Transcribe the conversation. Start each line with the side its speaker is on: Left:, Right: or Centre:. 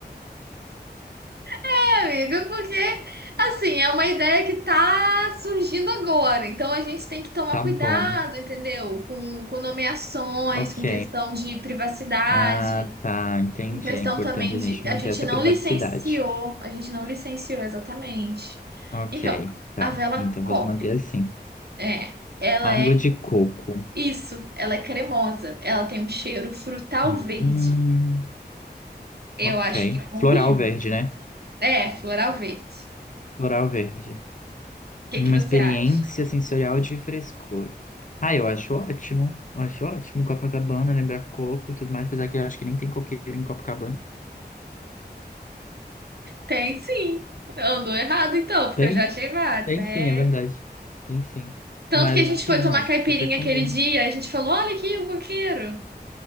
Right: é, amigo, porque assim, é uma ideia que tá surgindo agora. Então a gente tem que tomar
Left: tá
Right: cuidado,
Left: bom,
Right: entendeu? Com, com nomeações,
Left: ok.
Right: com questão de privacidade.
Left: Ah, tá, entendi.
Right: Em questão
Left: É importante
Right: também
Left: a
Right: de
Left: gente
Right: a
Left: manter
Right: gente
Left: essa
Right: não
Left: privacidade.
Right: licenciou, a gente não licenciou exatamente.
Left: Ok,
Right: Então,
Left: tá.
Right: a vela
Left: Então
Right: Cop,
Left: vamos manter assim.
Right: é, ela
Left: Água
Right: é
Left: de coco.
Right: isso, ela é cremosa, ela tem um cheiro frutal
Left: Hum,
Right: verde. Eu
Left: ok.
Right: acho que combina.
Left: Floral verde, né?
Right: É, floral verde.
Left: Floral verde.
Right: O que
Left: Uma
Right: que você
Left: experiência
Right: acha?
Left: sensorial de frescor. Ah, eu acho ótimo. Eu acho ótimo. Copacabana, lembrar coco e tudo mais. Apesar que eu acho que nem tem coqueiro em Copacabana.
Right: Tem sim. Andou errado então, porque
Left: Tem?
Right: eu já achei vários,
Left: Tem
Right: né?
Left: sim, é verdade. Tem sim.
Right: Tanto
Left: Mas
Right: que a gente
Left: sim,
Right: foi tomar
Left: eu acho
Right: caipirinha
Left: que super combina.
Right: aquele dia, a gente falou, olha aqui, um coqueiro.